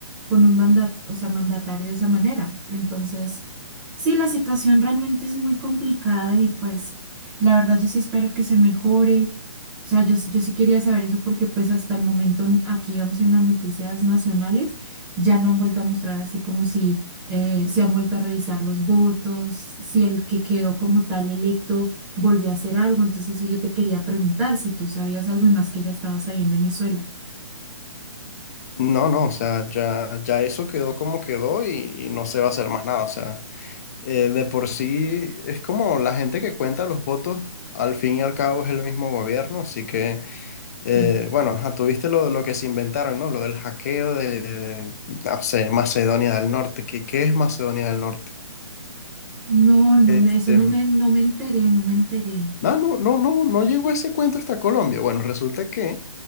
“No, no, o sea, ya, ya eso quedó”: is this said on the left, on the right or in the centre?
Left